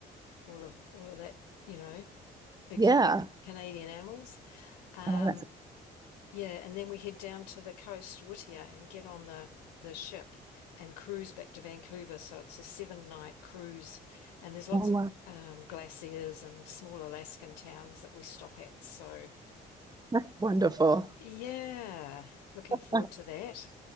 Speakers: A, on the left; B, on the right.
A: all of all of that, you know, exotic
B: yeah.
A: Canadian animals. Um,
B: Oh, that's
A: yeah, and then we head down to the coast, Whittier, and get on the the ship and cruise back to Vancouver. So it's a seven night cruise, and there's lots
B: oh, wow.
A: of um, glaciers and small Alaskan towns that we stop at. So
B: That's wonderful.
A: Yeah, looking
B: Uh,
A: forward to that.